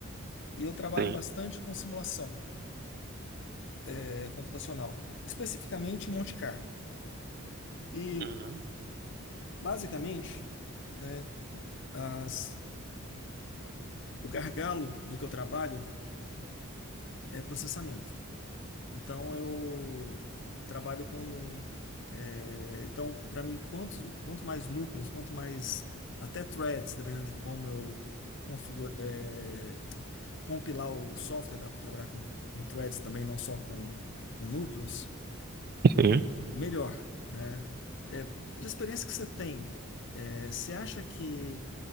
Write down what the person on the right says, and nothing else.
Sim.
Uhum.
Sim.